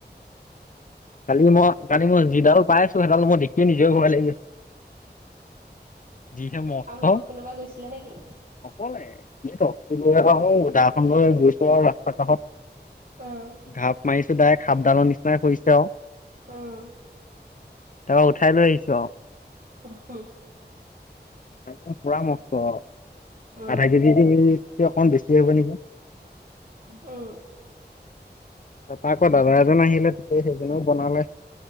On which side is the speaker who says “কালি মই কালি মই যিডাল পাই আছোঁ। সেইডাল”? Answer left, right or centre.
Left